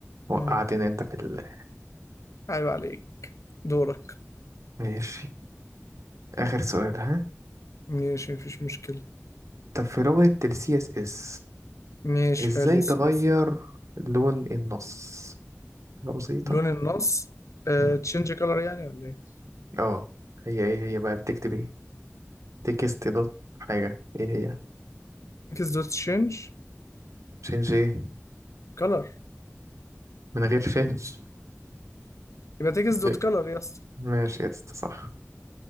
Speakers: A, on the right; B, on the left.
A: وقعتني
B: مم.
A: انت في ال
B: أيوة عليك دورك
A: ماشي اخر سؤال ها
B: ماشي مفيش مشكلة
A: طب في لغة ال CSS
B: ماشي
A: ازاي
B: حلو السؤال
A: تغير لون النص حاجة بسيطة
B: لون النص آه،
A: مم.
B: تشينج كلر يعني ولا إيه؟
A: اه هي ايه هي بقى بتكتب ايه تكست دوت حاجة ايه هي
B: تكس دوت تشينج
A: شينج ايه
B: كلر
A: من غير شينج
B: يبقى تكس
A: <laughs>
B: دوت كلر يا اسطى
A: ماشي يا اسطى صح